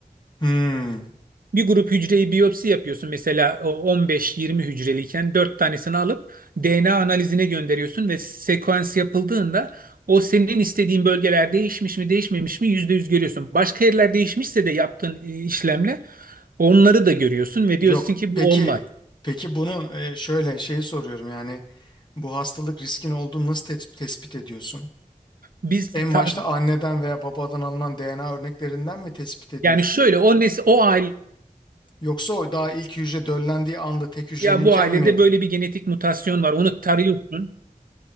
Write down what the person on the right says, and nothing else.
Bir grup hücreyi biyopsi yapıyorsun mesela o on beş, yirmi hücreliyken 4 tanesini alıp DNA analizine gönderiyorsun ve sekans yapıldığında o senin istediğin bölgeler değişmiş mi değişmemiş mi %100 görüyorsun. Başka yerler değişmişse de yaptığın e, işlemle onları da görüyorsun ve
diyorsun ki
bu olmaz.
Biz
ta-
yani şöyle o nes o aile
ya bu ailede
böyle bir genetik mutasyon var. Onu tarıyorsun.